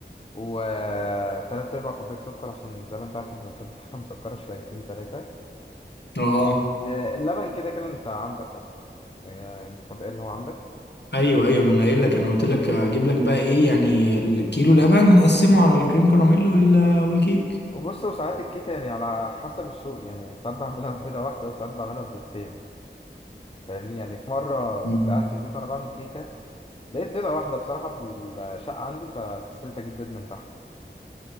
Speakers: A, on the left; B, on the left.
A: وتلات ارباع كوباية سكر عشان زي ما انت عارف احنا بنحب الحاجة مسكرة شويتين تلاتة
B: اه
A: آه اللبن كده كده انت عندك اصلا يعني انت كنت قايل ان هو عندك
B: ايوه ايوه ما انا قايل لك انا قلت لك هجيب لك بقى ايه يعني الكيلو لبن ونقسمه على الكريم كراميل وال... والكيك
A: وبص وساعات الكيكة يعني على حسب الشوق يعني ساعات بعملها ببيضة واحدة وساعات بعملها ببيضتين فاهمني يعني في مرة كنت
B: أمم.
A: قاعد في البيت وأنا بعمل كيكة لقيت بيضة واحدة بصراحة في الشقة عندي فكسلت أجيب بيض من تحت